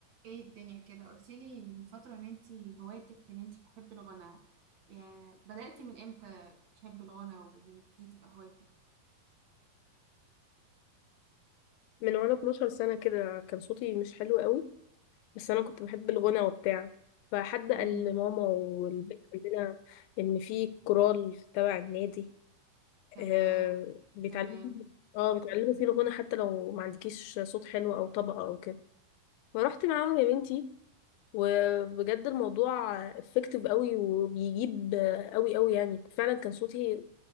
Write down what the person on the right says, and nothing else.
ايه الدنيا كده قلتلي من فترة ان انتي هوايتك ان انتي بتحبي الغنى يعني بدأتي من امتى تحبي الغنى وان دي تبقى هوايتك
مم.
تمام
تمام